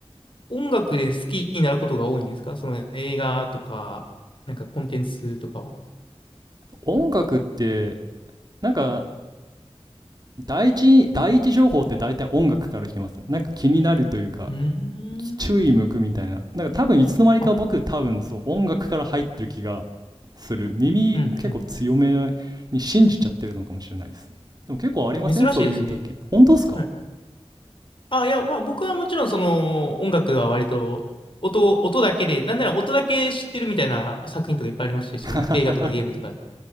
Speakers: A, on the left; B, on the right.
A: 音楽で好きになることが多いんですかその映画とか、なんかコンテンツとかは。
B: 音楽ってなんか第一第一情報って大体音楽から来ませんなんか気になるというか
A: うーん。
B: 注意向くみたいななんか多分いつの間にか僕多分そう音楽から入ってる気が
A: あ、
B: する耳結構強めに信じちゃってるのかもしれないですでも結構ありませんそういう時本当ですか
A: うんうん。珍しいですね。はい。あ、いや、まあ僕はもちろんその音楽は割と音、音だけで、なんなら音だけ知ってるみたいな作品とかいっぱいありますし、その映画とかゲームとかで。
B: <laughs>